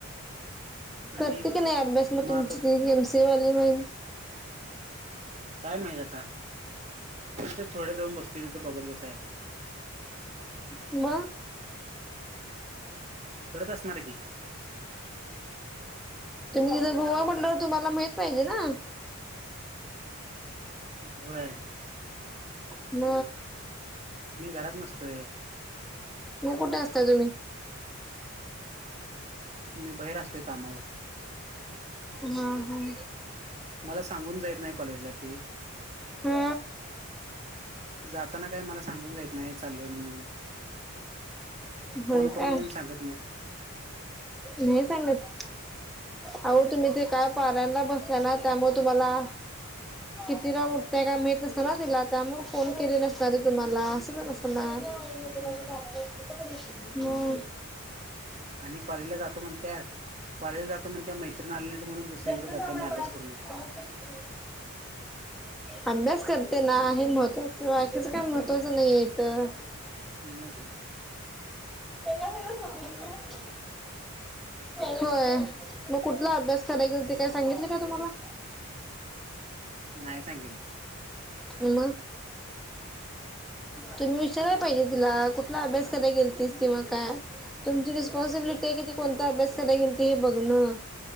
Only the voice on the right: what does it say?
आणि
मग
आता
काय माहीत आता, मी तर थोड जाऊन बसतय तिथ बघत बसाय
करत असणार ये की,
व्हय.
मी घरात नसतोय.
मी बहेर असतोय कामावर
मला सांगून जायेत नाय कॉलेजला ती
जाताना काय मला सांगून जायेत नाय चाललोय म्हणून
फोन करून
तेन सांगत नाय.
हं.
आणि कॉलेजला जातो म्हणत्या कॉलेजला जातो म्हणत्या मैत्रिण आले नाहीत म्हणून दुसरीकडे
जाते आणि अभ्यास करून येते
<unintelligible> असं
नाय सांगीतलं.
<inaudible>